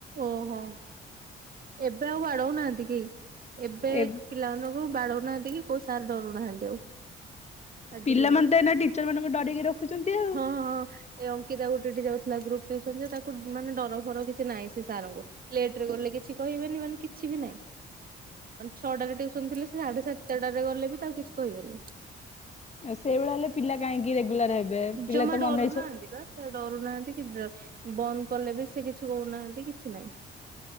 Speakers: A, on the right; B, on the left.
A: ଓହୋ ଏବେ ଆଉ ବାଡଉନାହାନ୍ତି କେହି। ଏବେ
B: ଏ
A: ପିଲାମାନ କୋଉ ବାଡଉନାହାନ୍ତି କି କୋଉ ସାର୍ ଡରୁନାହାନ୍ତି ଆଉ। ଆଜିିକଲି
B: ପିଲାମାନେ ତ ଏଇନା ଟିଚର ମାନଙ୍କୁ ଡରିକି ରଖୁଛନ୍ତି ଆଉ।
A: ହଁ ହଁ ଏ ଅଙ୍କିତା ଗୋଟେଠି ଯାଉଥିଲା ଗ୍ରୁପ ଯେ ତାକୁ ମାନେ ଡର ଫର କିଛି ନାଇଁ। ସେ ସାରଙ୍କୁ ଲେଟ ରେ ଗଲେ କିଛି କହିବେନି ମାନେ କିଛି ବି ନାହିଁ। ମାନେ ଛଅଟାରେ ଟଉସନ ଥିଲେ ସେ ସାଢେ ସାତଟରେ ଗଲେ ବି ତାକୁ କିଛି କହିବେନି।
B: ସେଇଭଳିଆ ହେଲେ ପିଲା କାହିଁକି ରେଗୁଲାର ହେବେ ପିଲା
A: ଜମା
B: ତ ମନ
A: ଡରୁ
B: ଇଚ୍ଛା
A: ନାହାଁନ୍ତି ବା। ଡରୁ ନାହାନ୍ତି କି ବନ୍ଦ କଲେ ବି ସେ କିଛି କହୁନାହାନ୍ତି କି କିଛି ନାହିଁ।